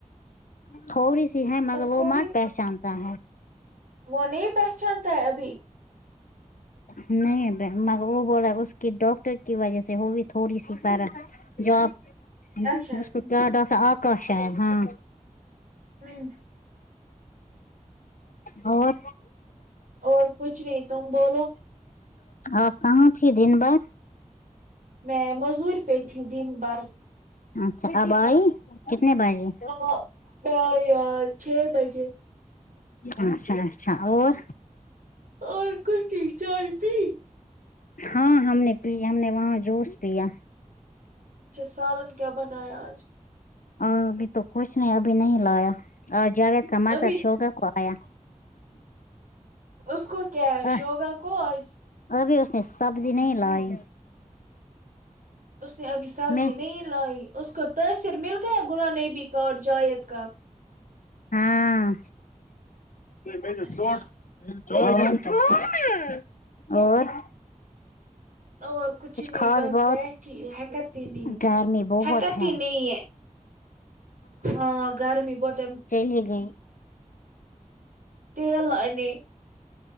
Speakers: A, on the left; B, on the right.
A: تھوڑی سی ہے مگر
B: اس
A: وہ
B: کو
A: مت
B: بھی
A: پہچانتا ہے
B: وہ نہیں پہچانتا ہے ابھی
A: نہیں بہن مگر وہ بول رہا ہے کی ڈاکٹر کی وجہ سے ہوگی تھوڑی سی پر جو آپ
B: اچھا ہوں،
A: اس کو کیا ڈاکا <unintelligible> ہاں
B: <unintelligible>
A: اور
B: اور کچھ نہیں تم بولو
A: آپ کہاں تھی دن بھر
B: میں مزور پے تھی دن بھر
A: اچھا اب آئی کتنے بجے
B: ہاں میں یار چھ بجے
A: اچھا اچھا اور
B: اور کوئی چیز چائے پی
A: ہاں ہم نے پی ہم نے وہاں جوس پیا
B: اچھا سالن کیا بنایا آج
A: آ ابھی تو کچھ نہیں ابھی نہیں لایا اور جاگید کا مذر
B: ابھی
A: شوگا کو آیا
B: اس کو کیا ہے
A: اہ،
B: شوگا کو آج
A: ابھی اس نے سبزی نہیں لائی
B: اس نے ابھی سبزی
A: میں
B: نہیں لائی اس کو تثر مل گیا گلا نبی کا اور جائید کا
A: ہاں <unintelligible>
B: اچھا
A: اور <unintelligible> اور
B: اور کچھ نہیں
A: خاص
B: بس
A: بات
B: بیٹھی ہے کہ <unintelligible>
A: گرمی بہت
B: ہک
A: ہے
B: تی نہیں ہاں گرمی بہت
A: ج گئی
B: تیل انانے